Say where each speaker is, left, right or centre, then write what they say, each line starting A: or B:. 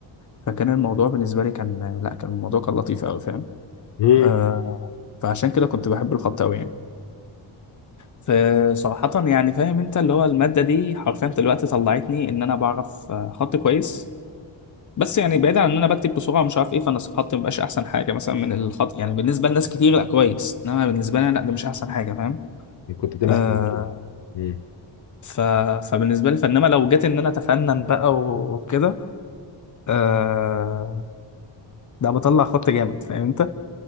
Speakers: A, on the left (about 40°); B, on the left (about 60°).
A: فكان الموضوع بالنسبه لي كان لا كان الموضوع كان لطيف قوي فاهم
B: مم.
A: آه، فعشان كده كنت بحب الخط قوي يعني فصراحة يعني فاهم انت اللي هو المادة دي حرفيا دلوقتي طلعتني ان انا بعرف آه، خط كويس بس يعني بعيدا عن ان انا بكتب بسرعة مش عارف ايه فانا الخط مبقاش احسن حاجة مثلا من الخط يعني بالنسبة لناس كتير لا كويس انما بالنسبة لي لا ده مش احسن حاجة فاهم
B: كنت بتعمل
A: آه
B: أحسن من كده مم.
A: ف... فبالنسبة لي فانما لو جيت ان انا اتفنن بقى وكده آه ده بطلع خط جامد فاهم انت